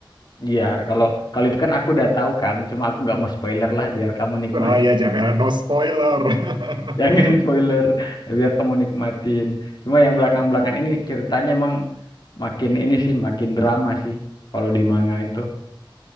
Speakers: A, on the left (about 55°); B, on the right (about 60°).
A: Iya, kalau kalau itu kan aku udah tahu kan, cuma aku nggak mau spoiler lah biar kamu nikmati.
B: Oh ya jangan no spoiler.
A: <laughs>
B: <laughs>
A: Jangan spoiler, biar kamu nikmatin. Cuma yang belakang-belakang ini ceritanya emang makin ini sih, makin drama sih. Kalau di manga itu